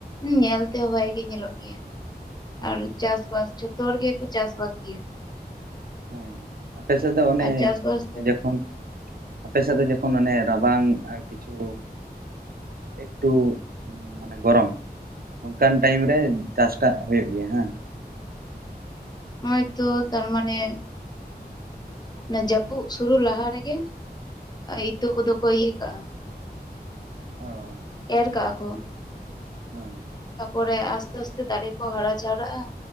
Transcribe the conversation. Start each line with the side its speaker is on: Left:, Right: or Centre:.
Left: ᱧᱮᱞ ᱛᱮᱦᱚᱸ ᱵᱷᱟᱜᱮ ᱜᱮ ᱧᱮᱞᱚᱜ ᱜᱮᱭᱟ
Right: ᱦᱳᱭ
Left: ᱟᱨ ᱪᱟᱥᱵᱟᱥ ᱡᱚᱛᱚ ᱡᱚᱛᱚ ᱦᱚᱲ ᱜᱮᱠᱚ ᱪᱟᱥ ᱵᱟᱥ ᱜᱮᱭᱟ᱾
Right: ᱦᱮᱸ ᱟᱯᱮ ᱥᱮᱫ ᱫᱚ ᱚᱱᱮ
Left: ᱟᱨ ᱪᱟᱥᱵᱟᱥ ᱫᱚ
Right: ᱡᱚᱠᱷᱚᱱ ᱟᱯᱮᱥᱮᱫ ᱫᱚ ᱡᱚᱠᱷᱚᱱ ᱚᱱᱮ ᱨᱟᱵᱟᱝ ᱠᱤᱪᱷᱩ ᱮᱠᱴᱩ ᱢᱟᱱᱮ ᱜᱚᱨᱚᱢ ᱾ ᱚᱱᱠᱟᱱ ᱴᱟᱭᱤᱢ ᱨᱮ ᱪᱟᱥᱴᱟᱜ ᱦᱩᱭᱩᱜ ᱜᱮᱭᱟ ᱦᱮᱸ᱾
Left: ᱱᱚᱭᱛᱚ ᱛᱟᱨ ᱢᱟᱱᱮ ᱚᱱᱟ ᱡᱟᱹᱯᱩᱫ ᱥᱩᱨᱩ ᱞᱟᱦᱟ ᱨᱮᱜᱮ ᱤᱛᱟᱹ ᱠᱚᱫᱚ ᱠᱚ ᱤᱭᱟᱹ ᱠᱟᱜᱼᱟ᱾
Right: ᱚ
Left: ᱮᱨ ᱟᱠᱟᱜ ᱼᱟ ᱠᱚ
Right: ᱦᱮᱸ
Left: ᱛᱟᱯᱚᱨᱮ ᱟᱥᱛᱮ ᱟᱥᱛᱮ ᱫᱟᱨᱮ ᱠᱚ ᱦᱟᱨᱟ ᱡᱟᱣᱨᱟᱜᱼᱟ᱾